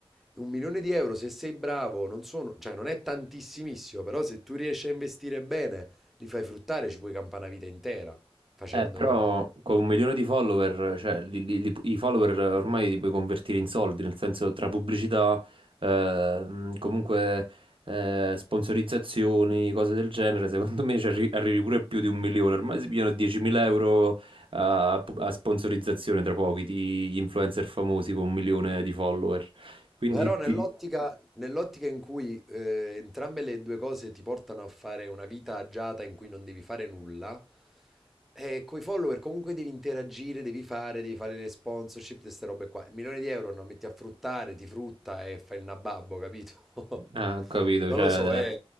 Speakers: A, in the centre; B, on the right.
A: Un milione di euro, se sei bravo, non sono, cioè non è tantissimissimo, però se tu riesci a investire bene, li fai fruttare, ci puoi campare una vita intera facendo...
B: Eh, però con un milione di follower, cioè li- li- li- i follower ormai li puoi convertire in soldi, nel senso tra pubblicità, ehm, comunque eh, sponsorizzazioni, cose del genere, secondo me ci arri- arrivi pure più di un milione, ormai si pigliano 10.000 euro a, pu- a sponsorizzazione tra pochi, ti- gli influencer famosi con un milione di follower. Quindi
A: Però nell'ottica
B: ti...
A: nell'ottica in cui eh, entrambe le due cose ti portano a fare una vita agiata in cui non devi fare nulla, eh, coi follower comunque devi interagire, devi fare, devi fare le sponsorship, queste robe qua. Il milione di euro non metti a fruttare, ti frutta e fai il nababbo, capito? <laughs>
B: Ah, ho capito,
A: Non
B: cioè...
A: lo so, è,